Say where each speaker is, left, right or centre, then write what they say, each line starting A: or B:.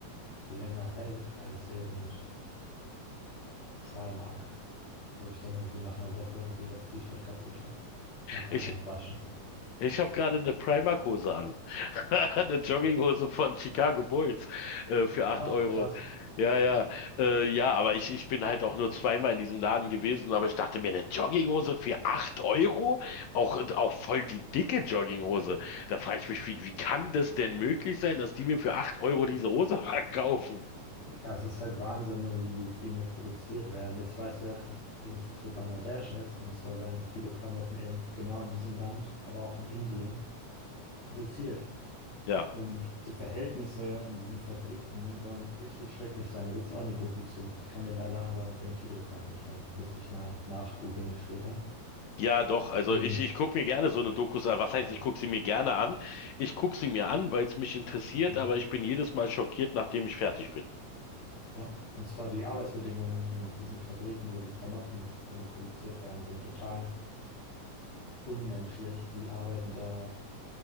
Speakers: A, on the left; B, on the left.
A: länger hält als eben Primark, wo ich dann irgendwie nach einer Woche irgendwie das T-Shirt kaputt habe. Nach einmal
B: Ich,
A: waschen.
B: ich habe gerade eine Primark-Hose an. <laughs> Eine Jogginghose von Chicago Bulls äh, für acht
A: Ach,
B: Euro.
A: krass.
B: Ja, ja, äh, ja, aber ich, ich bin halt auch nur zweimal in diesem Laden gewesen, aber ich dachte mir, eine Jogginghose für 8 Euro? Auch, auch voll die dicke Jogginghose. Da frage ich mich, wie, wie kann das denn möglich sein, dass die mir für 8 Euro diese Hose <laughs> verkaufen?
A: Ja, es ist halt Wahnsinn, ne, wie die Dinge produziert werden. Jetzt weiß ich ja wenigstens, wo Bangladesch ist. Und zwar werden viele Klamotten eben genau in diesem Land, aber auch in Indien produziert.
B: Ja.
A: Und die Verhältnisse in diesen Fabriken sollen richtig schrecklich sein. Da gibt es auch eine Doku zu. Ich kann dir leider aber den Titel gerade nicht nennen. Müsste ich mal nachgoogeln später.
B: Ja, doch, also
A: Und,
B: ich, ich gucke mir gerne so eine Dokus an. Was
A: wow.
B: heißt, ich gucke sie mir gerne an? Ich gucke sie mir an, weil es mich interessiert,
A: Hm.
B: aber ich bin jedes Mal schockiert, nachdem ich fertig bin.
A: Ja. Und zwar die Arbeitsbedingungen in diesen Fabriken, wo die Klamotten eben produziert werden, sind total unmenschlich. Die arbeiten da